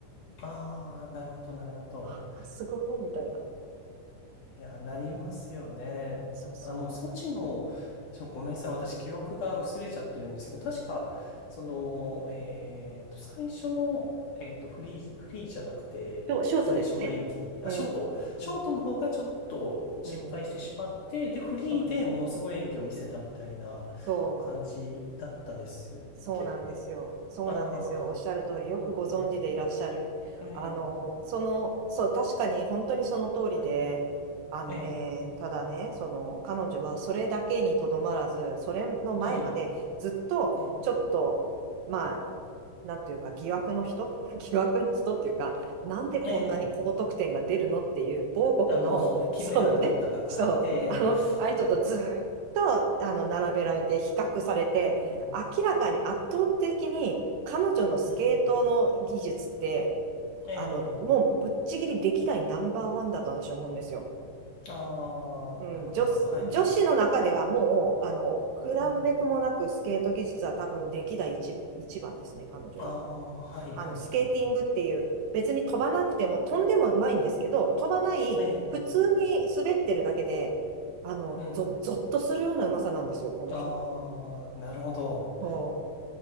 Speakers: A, on the left; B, on the right.
A: ああ、なるほど、なるほど。
B: ああ、すごい、みたいな。
A: いや、なりますよね。
B: そうそう。
A: あの、ソチの、ちょ、ごめんなさい。私、記憶が薄れちゃってるんですけど、確か、その、えっと、最初の、えっと、フリー、フリーじゃなくて、
B: ショショートですね。
A: 最初の演技、あ、
B: うん。
A: ショート。ショートの方がちょっと失敗してしまって、
B: うん。うん。
A: で、フリーでものすごい演技を見せたみたいな
B: そうですね。そう。
A: 感じだったですっけ
B: そうなんですよ。そうなんですよ。
A: あ
B: おっしゃる通り、よくご存知でいらっしゃる。
A: あー、うん、うん、うん。ええ、
B: あの、その、そう、確かに本当にその通りで、
A: はい、
B: あのね、
A: ええ、
B: ただね、その、彼女はそれだけにとどまらず、それの前までずっと、
A: はい、ええ、
B: ちょっと、まあ、なんていうか、疑惑の人 <laughs> 疑惑の人っていうか、なんでこんなに高得点が出るのっていう、
A: ええ。
B: 某国の、
A: あの、
B: <laughs>
A: 金メダル取った方、
B: そのね、そう、
A: ええ、
B: あの、あの人とずーっと、
A: はい、
B: あの、並べられて、
A: ええ、
B: 比較されて、
A: うん、
B: 明らかに圧倒的に彼女のスケートの技術って、
A: はい、うん、ええ、
B: あの、もうぶっちぎり歴代ナンバーワンだと私は思うんですよ。
A: あ
B: うん、
A: あ、なるほど、
B: 女子、
A: はい、
B: 女子の中ではもう、あの、比べべくもなくスケート技術は多分歴代一、
A: うん、
B: 一番ですね、彼女が。
A: ああ、はい、
B: あの、
A: はい、
B: スケーティングっていう、
A: はい、
B: 別に飛ばなくても、飛んでもうまいんですけど、飛ばない、
A: ええ、
B: 普通に滑ってるだけで、あの、
A: うん、
B: ぞ、ぞっとするようなうまさなんですよ、この人。
A: ああ、なるほど。
B: そ